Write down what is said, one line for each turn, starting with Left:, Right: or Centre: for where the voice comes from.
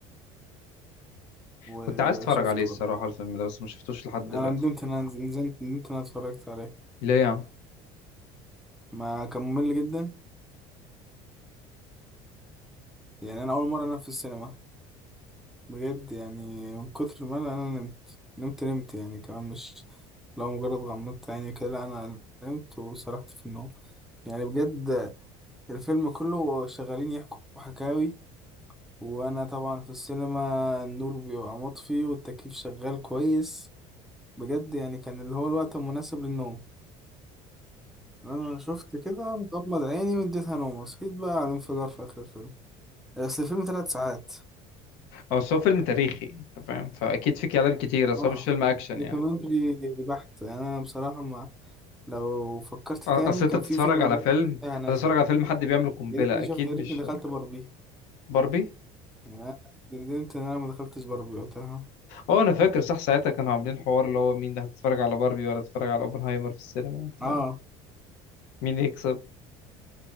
Centre: وشفته
Left: كنت عايز اتفرج عليه الصراحة
Centre: بقى
Left: الفيلم ده بس ما شفتوش لحد دلوقتي
Centre: انا ندمت ان انا نزلت ندمت ان انا اتفرجت عليه
Left: ليه يعني؟
Centre: ما كان ممل جدا يعني انا اول مره انام في السينما بجد يعني من كتر ما انا أنا نمت نمت نمت يعني كمان مش لو مجرد غمضت عيني كده لا انا نمت وسرحت في النوم يعني بجد الفيلم كله شغالين يحكوا حكاوي وانا طبعا في السينما النور بيبقى مطفي والتكييف شغال كويس بجد يعني كان اللي هو الوقت المناسب للنوم انا شفت كده مغمض عيني واديتها نوم صحيت بقى على الانفجار في اخر الفيلم اصل الفيلم ثلاث ساعات
Left: هو أصل هو فيلم تاريخي أنت فاهم فأكيد في كلام كتير أصل
Centre: اه
Left: هو مش فيلم أكشن
Centre: دوكيومنتري
Left: يعني
Centre: بحت انا بصراحه ما لو فكرت
Left: أ-
Centre: تاني
Left: أصل أنت
Centre: كان
Left: بتتفرج
Centre: في فيلم
Left: على
Centre: برضه
Left: فيلم
Centre: وقتها نازل
Left: هتتفرج على فيلم حد بيعمل قنبلة
Centre: يا ريتني
Left: أكيد
Centre: شوف يا ريتني
Left: مش
Centre: دخلت باربي
Left: باربي
Centre: يعني أنا ندمت ان انا ما دخلتش باربي وقتها
Left: هو انا فاكر صح ساعتها كانوا عاملين حوار اللي هو مين هتتفرج على باربي ولا تتفرج على اوبنهايمر في السينما انت
Centre: اه
Left: فاهم مين يكسب